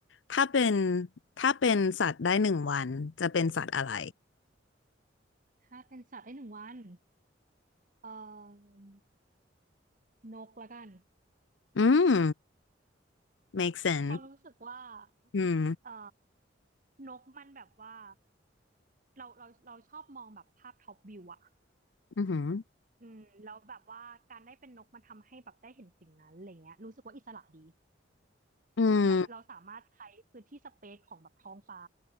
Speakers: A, on the left; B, on the right.
A: ถ้าเป็นถ้าเป็นสัตว์ได้หนึ่งวันจะเป็นสัตว์อะไร
B: ถ้าเป็นสัตว์ได้หนึ่งวันเอ่อนกละกัน
A: อืม make sense
B: พอรู้สึกว่า
A: อืม
B: เอ่อนกมันแบบว่าเราเราเราชอบมองแบบภาพท็อปวิวอะ
A: อือหือ
B: อืมแล้วแบบว่าการได้เป็นนกมันทำให้แบบได้เห็นสิ่งนั้นอะไรเงี้ยรู้สึกว่าอิสระดี
A: อืม
B: แบบเราสามารถใช้พื้นที่สเปซของแบบท้องฟ้า